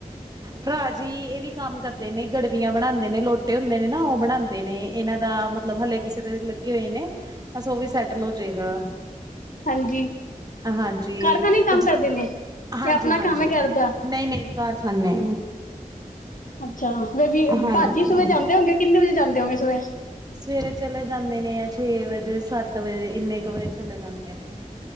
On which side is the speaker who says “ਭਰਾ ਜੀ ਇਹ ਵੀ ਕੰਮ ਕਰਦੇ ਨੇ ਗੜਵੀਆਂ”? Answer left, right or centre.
Right